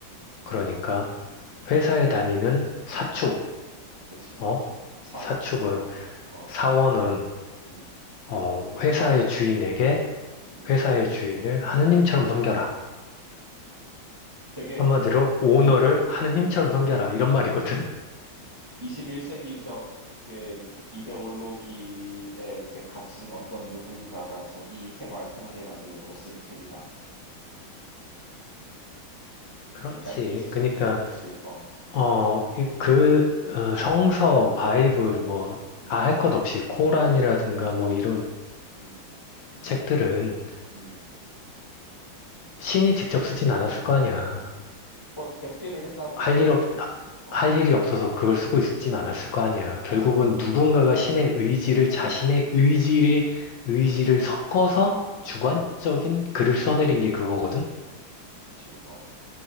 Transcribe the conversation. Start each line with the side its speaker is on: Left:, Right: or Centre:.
Right: 음,
Left: 그러니까 회사에 다니는 사축,
Right: <laughs> 그치.
Left: 어?
Right: 사원,
Left: 사축은
Right: 회사원. 어,
Left: 사원은
Right: 음,
Left: 어, 회사의 주인에게
Right: 음.
Left: 회사의 주인을 하느님처럼 섬겨라.
Right: 되게,
Left: 한마디로 오너를
Right: 음,
Left: 하느님처럼
Right: 음.
Left: 섬겨라 이런 말이거든.
Right: 21세기적의 이데올로기에 이제 갇힌 어떤 누군가가 자기 생활 편하게 만들려고 쓴 책이다.
Left: <laughs> 그렇지.
Right: 아니, 아니 20세기적,
Left: 그러니까
Right: 그치, 어.
Left: 어, 이- 그
Right: 음,
Left: 어, 성서, 바이블 뭐
Right: 음,
Left: 다 할 것 없이 코란이라든가 뭐 이런
Right: 음,
Left: 책들은
Right: 음.
Left: 신이 직접 쓰진 않았을 거 아니야.
Right: 뭐, 대피를 했다고
Left: 할
Right: 하지,
Left: 일 없, 아,
Right: 어.
Left: 할 일이 없어서 그걸 쓰고 있진 않았을 거 아니야. 결국은 누군가가
Right: 그치,
Left: 신의 의지를 자신의 의지를, 의지를
Right: 음,
Left: 섞어서 주관적인
Right: 음,
Left: 글을 써내린 게 그거거든?
Right: 그치, 어.